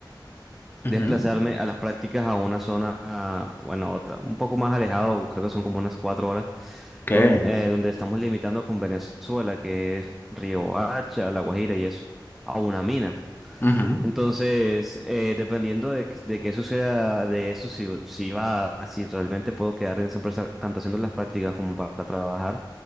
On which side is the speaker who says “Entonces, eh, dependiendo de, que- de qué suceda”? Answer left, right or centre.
Centre